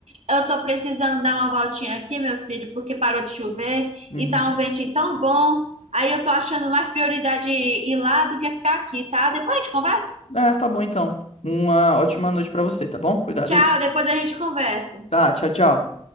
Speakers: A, on the right (about 80°); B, on the left (about 75°).
A: eu tô precisando dar uma voltinha aqui, meu filho, porque parou de chover
B: Uhum.
A: e tá um ventinho tão bom. Aí eu tô achando mais prioridade ir lá do que ficar aqui, tá? Depois a gente conversa.
B: Ah, tá bom então. Uma ótima noite pra você, tá bom? Cuidado
A: Tchau,
B: aí.
A: depois a gente conversa.
B: Tá, tchau, tchau.